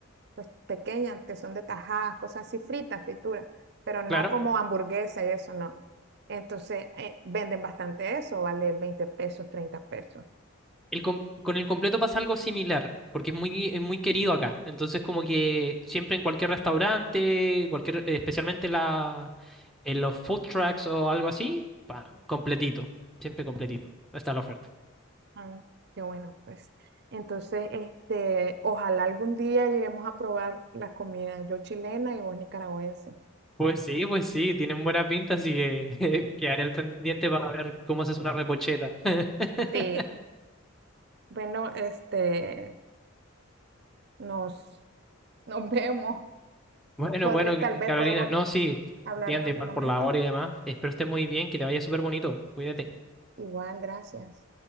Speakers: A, on the right; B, in the centre.
A: pues, pequeñas que son de tajadas, cosas así fritas, frituras, pero no
B: Claro.
A: como hamburguesa y eso, no. Entonces, eh, venden bastante eso, vale 20 pesos, 30 pesos.
B: El com- con el completo pasa algo similar, porque es muy, es muy querido acá. Entonces, como que siempre en cualquier restaurante, cualquier, eh, especialmente la, en los food trucks o algo así, pa, completito. Siempre completito. Está la oferta.
A: Ah, qué bueno, pues. Entonces, este, ojalá algún día lleguemos a probar la comida, yo chilena y vos nicaragüense.
B: Pues sí, pues sí, tienen buena pinta, así que <laughs> quedaré al pendiente para ver cómo haces una repocheta. <laughs>
A: Sí, Bueno, este, nos, nos <laughs> vemos.
B: Bueno,
A: Podré-
B: bueno,
A: tal vez
B: Carolina,
A: podemos
B: no, sí,
A: hablar
B: entiende,
A: en otro
B: igual
A: momento.
B: por la hora y demás. Espero estés muy bien, que te vaya súper bonito. Cuídate.
A: Igual, gracias.